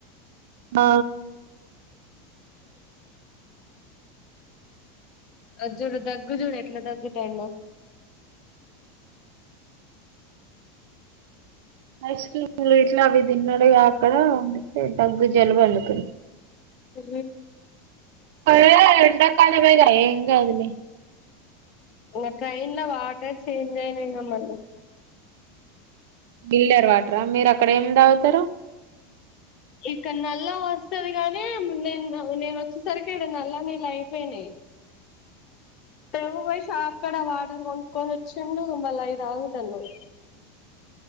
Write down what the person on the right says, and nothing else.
ఆ
ఐస్ క్రీమ్లు ఇట్లా అవి తిన్నాడుగా అక్కడ అందుకే దగ్గు జలుబు అల్లుకుంది
పడే ఎండకాలమేగా ఏగాదు లే
గిల్డర్ వాట్రా మీరు అక్కడ ఏం తగుతారు